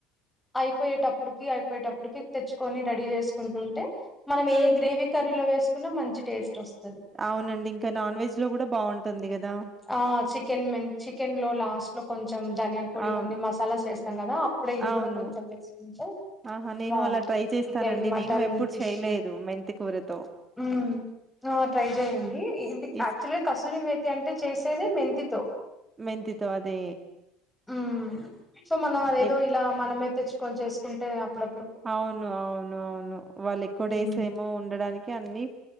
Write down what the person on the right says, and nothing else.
హ్మ్.
అవునండి ఇంకా నాన్ వెజ్ లో కూడా బాగుంటుంది కదా
అవును.
అవును.
ఆహా నేను
అలా ట్రై చేస్తానండి
నేను ఎప్పుడు
చేయలేదు మెంతి కూరతో
ఇస్
మెంతితో అదే
ఎ
అవును అవును అవును వాళ్ళ ఎక్కువ డేస్
ఏమో ఉండడానికి అన్ని